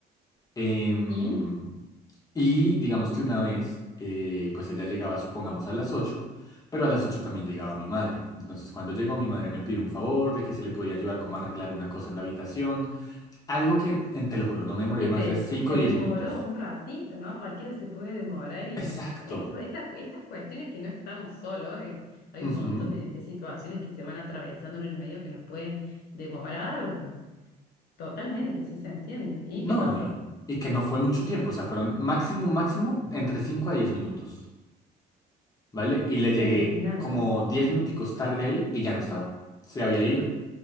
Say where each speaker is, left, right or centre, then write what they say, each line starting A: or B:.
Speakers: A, on the left (about 20°); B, on the left (about 65°).
A: Em,
B: Y
A: y digamos que una vez, eh, pues ella llegaba, supongamos, a las ocho pero a las ocho también llegaba mi madre. Entonces cuando llegó, mi madre me pidió un favor de que si le podía ayudar como a arreglar una cosa en la habitación. Algo que, en- te lo juro, no me demoré
B: que
A: más
B: te,
A: de cinco
B: te
A: o 10
B: demoró
A: minutos.
B: un ratito, ¿no? Cualquiera se puede demorar y
A: Exacto.
B: esto, estas, estas cuestiones que no estamos solos, eh, hay
A: Ujú.
B: un montón de, de situaciones que se van atravesando en el medio que nos pueden demorar o- totalmente, sí se entiende. ¿Y
A: No,
B: qué pasó?
A: y, y que no fue mucho tiempo, o sea, fueron máximo, máximo entre 5 a 10 minutos, ¿vale? Y le llegué
B: Claro, nada.
A: como 10 minuticos tarde ahí y ya no estaba. Se había ido.